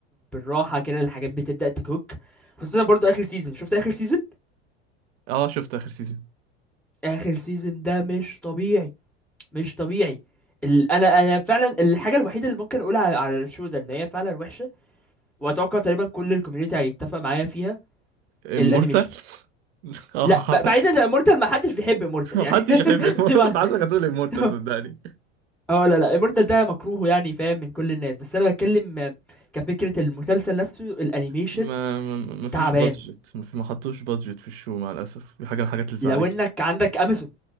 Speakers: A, in the centre; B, on the right.
A: بالراحه كده الحاجات بتبدا تكوك خصوصا برضو اخر سيزون شفت اخر سيزون
B: اه شفت اخر سيزون
A: اخر سيزون ده مش طبيعي مش طبيعي ال... انا انا فعلا الحاجه الوحيده اللي ممكن اقولها على على الشو ده ان هي فعلا وحشه واتوقع تقريبا كل الكوميونتي هيتفق معايا فيها
B: امورتال
A: الانيميشن
B: <laughs> اه
A: لا ب- بعيدا عن امورتال ما حدش بيحب امورتال
B: محدش
A: يعني
B: يحب
A: <laughs>
B: Immortal.
A: دي ما
B: كنت عايزك هتقول امورتال
A: <laughs>
B: صدقني
A: اه لا لا امورتال ده مكروه يعني فاهم من كل الناس بس انا بتكلم آه، كفكره المسلسل نفسه الانيميشن
B: ما ما ما فيش
A: تعبان
B: بادجت ما في- ما حطوش بادجت في الشو مع الاسف دي حاجه من الحاجات اللي زعلتني
A: لو انك عندك امازون